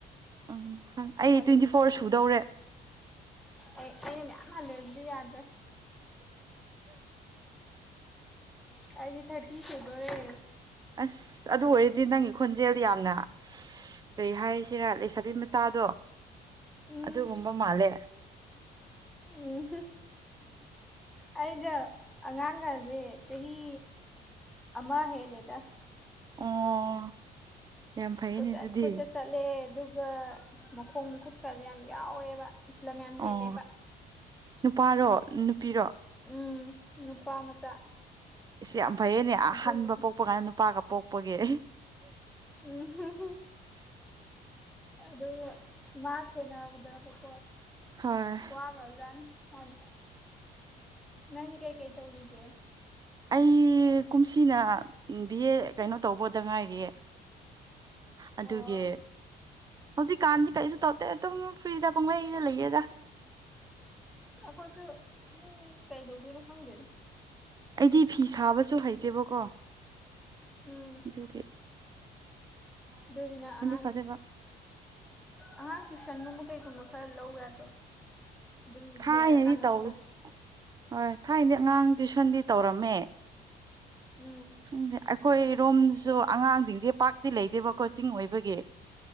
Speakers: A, on the right; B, in the centre.
A: ꯎꯝ ꯈꯪ ꯑꯩ
B: ꯍꯜ
A: ꯇ꯭ꯋꯦꯟꯇꯤ ꯐꯣꯔ ꯁꯨꯗꯧꯔꯦ
B: ꯑꯩ ꯑꯩꯅ ꯃꯌꯥꯝ ꯍꯜꯂꯦ ꯑꯗꯨꯗꯤ ꯌꯥꯗ꯭ꯔꯦ ꯑꯩꯗꯤ ꯊꯔꯇꯤ ꯁꯨꯗꯧꯔꯦ
A: ꯑꯁ ꯑꯗꯨ ꯑꯣꯏꯔꯗꯤ ꯅꯪꯒꯤ ꯈꯣꯟꯖꯦꯜꯗꯤ ꯌꯥꯝꯅ ꯀꯔꯤ ꯍꯥꯏꯁꯤꯔꯥ ꯂꯩ ꯁꯥꯥꯕꯤ ꯃꯆꯥꯗꯣ
B: ꯎꯝ
A: ꯑꯗꯨꯒꯨꯝꯕ ꯃꯥꯜꯂꯦ
B: ꯎꯝ ꯑꯩꯩꯗꯣ ꯑꯉꯥꯡꯒꯖꯦ ꯆꯍꯤ ꯑꯃꯃꯥ ꯍꯦꯂꯦꯗ
A: ꯑꯣ ꯌꯥꯝ ꯐꯩꯌꯦꯅꯦ
B: ꯀꯣꯏꯆꯠ
A: ꯑꯗꯨꯗꯤ
B: ꯀꯣꯏꯆꯠ ꯆꯠꯂꯦ ꯑꯗꯨꯒ ꯃꯈꯣꯡ ꯃꯈꯨꯠꯀꯗꯤ ꯌꯥꯝ ꯌꯥꯎꯋꯦꯕ ꯂꯝ ꯃꯌꯥꯝ ꯍꯦꯜꯂꯦꯕ
A: ꯑꯣ ꯅꯨꯄꯥꯔꯣ ꯅꯨꯄꯤꯔꯣ
B: ꯎꯝ ꯅꯨꯄꯥ ꯃꯆꯥ
A: ꯏ ꯌꯥꯝ ꯐꯩꯌꯦꯅꯦ ꯑꯍꯥꯟꯕ
B: ꯑꯗꯨꯒꯤ
A: ꯄꯣꯛꯄ ꯀꯥꯏꯅ ꯅꯨꯄꯥꯒ ꯄꯣꯛꯄꯒꯤ ꯑꯩ
B: ꯎꯝ ꯑꯗꯨꯒ ꯃꯥꯁꯦꯅꯕꯗꯀꯣ
A: ꯍꯣꯏ
B: ꯋꯥꯒꯖꯥꯟꯗꯤ ꯅꯪꯗꯤ ꯀꯩꯀꯩ ꯇꯧꯔꯤꯒꯦ
A: ꯑꯩ ꯀꯨꯝꯁꯤꯅ ꯕꯤ ꯑꯦ ꯀꯩꯅꯣ ꯇꯧꯕꯗ ꯉꯥꯏꯔꯤꯌꯦ ꯑꯗꯨꯒꯤ
B: ꯑꯣ
A: ꯍꯧꯖꯤꯛꯀꯥꯟꯗꯤ ꯀꯩꯁꯨ ꯇꯧꯗꯦ ꯑꯗꯨꯝ ꯐ꯭ꯔꯤꯗ ꯄꯨꯡꯂꯩꯗ ꯂꯩꯌꯦꯗ
B: ꯑꯩꯈꯣꯏꯁꯨ ꯎꯝ ꯀꯩꯗꯧꯗꯣꯏꯔꯣ ꯈꯪꯗꯦꯗ
A: ꯑꯩꯗꯤ ꯐꯤ ꯁꯥꯕꯁꯨ ꯍꯩꯇꯦꯕꯀꯣ
B: ꯎꯝ
A: ꯑꯖꯨꯒꯤ
B: ꯑꯗꯨꯗꯤꯅ ꯑꯉꯥꯡ
A: ꯐꯗꯣꯏꯕ
B: ꯑꯉꯥꯡ ꯇ꯭ꯨꯁꯟꯒꯨꯝꯕ ꯀꯩꯒꯨꯝꯕ ꯈꯔ ꯂꯧ ꯌꯥꯗ꯭ꯔꯣ ꯑꯗꯨꯝ
A: ꯊꯥꯏꯅꯗꯤ
B: ꯂꯣꯏꯔꯀꯥꯟꯗ
A: ꯇꯧ
B: ꯊꯕꯛ
A: ꯍꯣꯏ ꯊꯥꯏꯅꯗꯤ ꯑꯉꯥꯡ ꯇ꯭ꯨꯏꯁꯟꯗꯤ ꯇꯧꯔꯝꯃꯦ
B: ꯎꯝ
A: ꯈꯪꯗꯦ ꯑꯩꯈꯣꯏ ꯔꯣꯝꯁꯨ ꯑꯉꯥꯡꯁꯤꯡꯁꯦ ꯄꯥꯛꯇꯤ ꯂꯩꯗꯦꯕ ꯀꯣꯆꯤꯡ ꯑꯣꯏꯕꯒꯤ